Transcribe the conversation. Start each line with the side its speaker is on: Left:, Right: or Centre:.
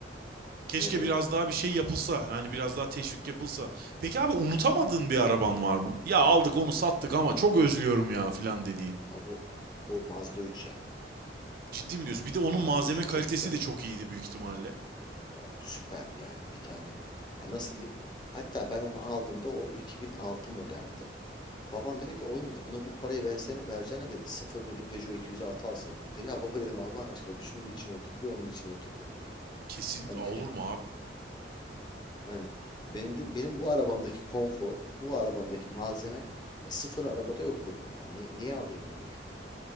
Right: Keşke
Left: Evet evet.
Right: biraz daha bir şey yapılsa yani biraz daha teşvik yapılsa. Peki abi unutamadığın bir araban
Left: Keşke.
Right: var mı? Ya aldık onu sattık ama çok özlüyorum ya filan dediğin.
Left: Ha, bu, bu Mazda 3 ya.
Right: Ciddi mi diyorsun? Bir de onun
Left: Mazda
Right: malzeme
Left: üçüm
Right: kalitesi
Left: çok güzeldi.
Right: de çok iyiydi büyük ihtimalle.
Left: Oh, süperdi yani bir tane. Ya nasıl diyeyim? Hatta ben onu aldığımda o 2006 modelde. Babam dedi ki oğlum dedi buna bu parayı versene vereceğine dedi. Sıfır dedi Peugeot 206 alsaydın dedi. Ya baba dedim Allah'ın aşkına bir şunun içine otur bir onun içine otur dedim ya.
Right: Kesinlikle
Left: Hani
Right: olur mu abi?
Left: <laughs> hani benim, de, benim bu arabamdaki konfor, bu arabamdaki malzeme ve sıfır arabada yok dedim ya. Ni- niye alayım bunu yani?